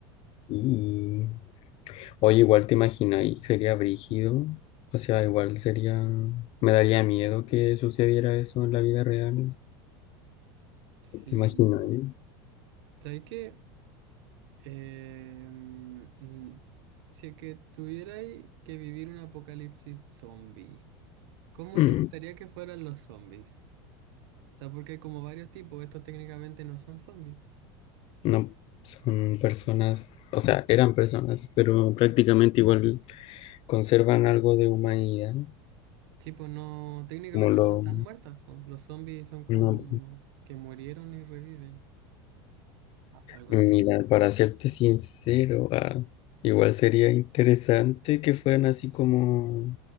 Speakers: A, on the left (about 45°); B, on the right (about 75°).
A: Y oye, igual te imaginas, y sería brígido. O sea, igual sería. Me daría miedo que sucediera eso en la vida real.
B: Sí.
A: ¿Te imaginas? eh?
B: ¿Sabes qué? Eh, mm, mm, si es que tuvierais que vivir un apocalipsis zombie, ¿cómo
A: Mm,
B: te gustaría que fueran los zombies? O sea, porque hay como varios tipos, estos técnicamente no son zombies.
A: No, son personas. O sea, eran personas, pero prácticamente igual conservan algo de humanidad.
B: Sí, pues no, técnicamente
A: Como lo.
B: no están muertas, pues. Los zombies son como
A: No,
B: que murieron y reviven, a- algo
A: Mira,
B: así.
A: para serte sincero, ah, igual sería interesante que fueran así como